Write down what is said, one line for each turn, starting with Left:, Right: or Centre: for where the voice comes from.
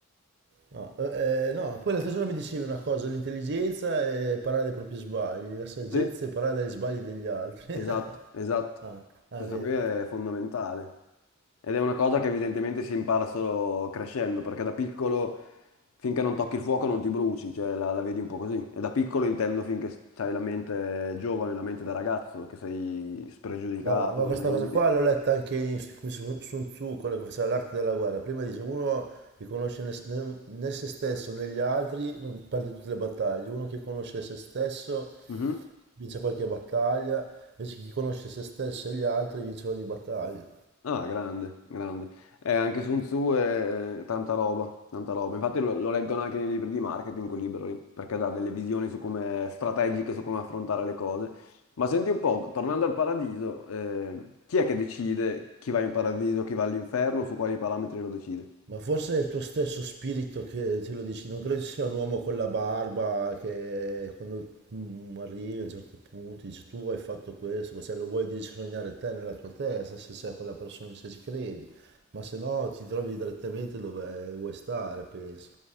Right: No, eh, eh, no, poi l'altro giorno mi dicevi una cosa, l'intelligenza è imparare dai propri sbagli, la saggezza
Left: Sì.
Right: è imparare dagli sbagli degli altri.
Left: Esatto,
Right: <laughs>
Left: esatto.
Right: Ah, ah,
Left: Questa
Right: è vero.
Left: qui è fondamentale. Ed è una cosa che evidentemente si impara solo crescendo, perché da piccolo, finché non tocchi il fuoco, non ti bruci, cioè la, la vedi un po' così. E da piccolo intendo finché hai la mente giovane, la mente da ragazzo, che sei spregiudicato,
Right: No, ma, ma
Left: non
Right: questa
Left: hai limiti.
Right: cosa qua l'ho letta anche in su- come su Sun Tzu, quello che faceva l'arte della guerra. Prima dice, uno che conosce né, s- né- né se stesso né gli altri non perde tutte le battaglie, uno che conosce se stesso
Left: Mhm.
Right: vince qualche battaglia, invece chi conosce se stesso e gli altri vince ogni battaglia.
Left: Ah, grande, grande. Eh, anche Sun Tzu è tanta roba, tanta roba. Infatti lo, lo leggono anche nei libri di marketing, quel libro lì, perché dà delle visioni su come strategiche, su come affrontare le cose. Ma senti un po', tornando al paradiso, eh, chi è che decide chi va in paradiso, chi va all'inferno, su quali parametri lo decide?
Right: Ma forse è il tuo stesso spirito che te lo dici, non credo ci sia un uomo con la barba che quando mm, arrivi a un certo punto dice tu hai fatto questo, se lo vuoi devi sognare te nella tua testa, se sei quella persona, se ci credi, ma se no ti trovi direttamente dove vuoi stare, penso,